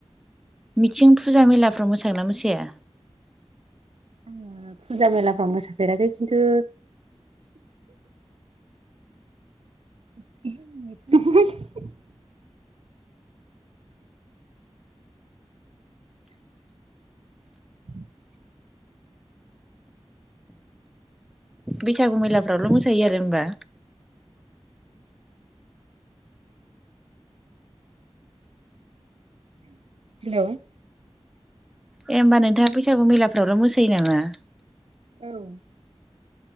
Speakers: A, in the centre; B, on the right.
A: मिथिं फुजा मेलाफ्राव मोसागोन ना मोसाया?
B: आङो फुजा मेलाफ्राव आं मोसाफेराखै खिन्थु <unintelligible> <unintelligible>
A: बैसागु मैलाफ्रावल' मोसायो आरो होमबा?
B: हेलौ
A: ए होनबा नोंथाङा बैसागु मेलाफ्रावल' मोसायो नामा?
B: औ